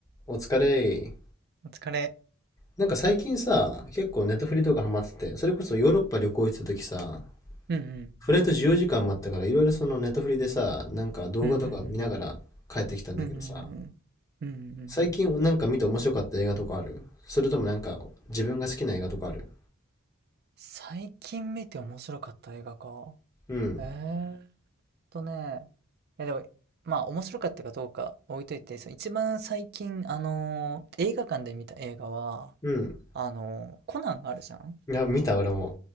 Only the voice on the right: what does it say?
お疲れ。
うんうん
うんうんうんうんうんうんうんうんうん
最近見て面白かった映画か。
えーっとね。いやでも、まあ面白かったかどうか置いといて、その一番最近、あのー映画館で見た映画は、
あのーコナンあるじゃん